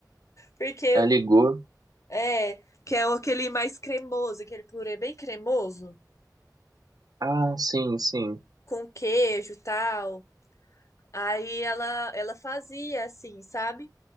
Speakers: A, on the left; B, on the right.
A: Porque
B: Aí ligou.
A: é, que é aquele mais cremoso, aquele purê bem cremoso,
B: Ah, sim, sim,
A: com queijo e tal. Aí ela, ela fazia assim, sabe?